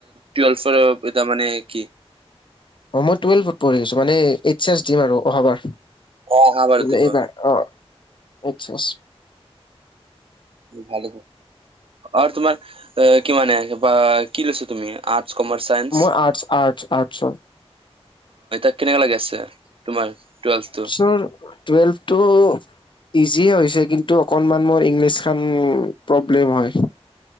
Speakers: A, on the right (about 60°); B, on the left (about 50°).
A: টোৱেলভ এতিয়া মানে কি।
B: অ মই টুৱেলভত পঢ়ি আছো মানে এইচ এছ দিম আৰু অহাবাৰ
A: অ', অহাবাৰত
B: মানে
A: দিব
B: এইবাৰ। অ এইচ এছ,
A: ভাল আৰু তোমাৰ কি মানে বা কি লৈছা তুমি আ কমাৰ্চ চাইনঞ্চ
B: মই আৰ্টছ আৰ্টছ
A: অ, কেনেকা লাগি আছে তোমাৰ টুৱেলভটো,
B: কোন, টুৱেলভ টো, ইজিয়ে হৈছে কিন্তু অকণমান মোৰ ইংলিছ খান প্ৰব্লেম হয়।